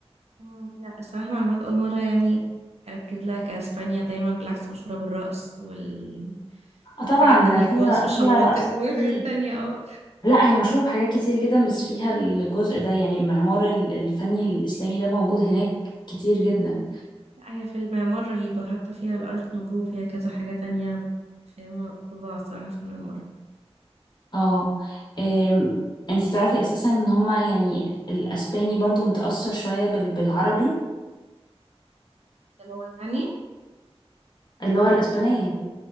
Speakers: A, on the right; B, on the left.
A: مم، لا الصراحة معلومات أول مرة يعني أركز لها كأسبانيا دايما بالعكس مشهورة بالرقص والحاجات
B: آه طبعا
A: تانية
B: فيها
A: خالص والشواطئ
B: فيها رقص
A: وحاجات
B: كتير
A: تانية
B: لا هي مشهورة بحاجات كتير جدا بس فيها الجزء ده يعني المعمار ال- الفني الإسلامي ده موجود هناك كتير جدا
A: اه لا، هي في المعمار رهيبة حتى فيها الأرت نوفو وفيها كذا حاجة تانية في فظاعة الصراحة في المعمار
B: اه أم، انتي تعرفي اساسا ان هما يعني الاسباني برضو متأثر شوية بال- بالعربي
A: اللغة يعني
B: اللغة الاسبانية